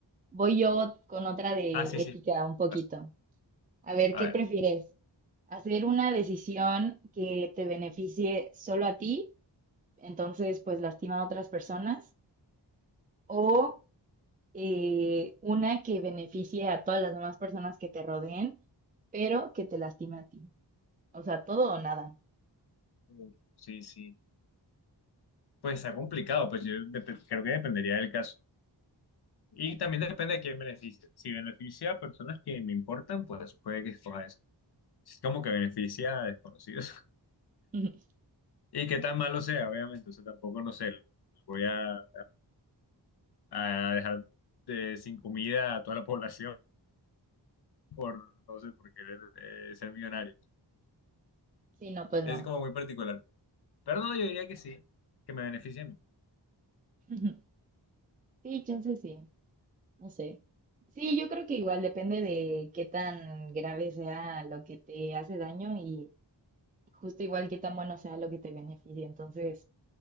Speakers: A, on the right; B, on the left.
A: Voy yo con otra de
B: Ah, sí, sí.
A: ética un poquito.
B: As-
A: A ver,
B: A
A: ¿qué
B: ver.
A: prefieres? ¿Hacer una decisión que te beneficie solo a ti, entonces pues lastima a otras personas? ¿O eh, una que beneficie a todas las demás personas que te rodeen, pero que te lastime a ti? O sea, todo o nada.
B: Uf, Sí, sí. Pues está complicado, pues yo dep- creo que dependería del caso. Y también depende de quién beneficia. Si beneficia a personas que me importan, pues puede que escoja eso. Es como que beneficia a desconocidos. <laughs>
A: <laughs>
B: Y qué tan malo sea, obviamente. O sea, tampoco, no sé, voy a, a- a dejar de- sin comida a toda la población <laughs> por, no sé, por querer eh, ser millonario.
A: Sí, no, pues
B: Es
A: no.
B: como muy particular. Pero no, yo diría que sí, que me beneficia a mí.
A: <laughs> Sí, chance sí, no sé. Sí, yo creo que igual depende de qué tan grave sea lo que te hace daño y justo igual qué tan bueno sea lo que te beneficie. Entonces,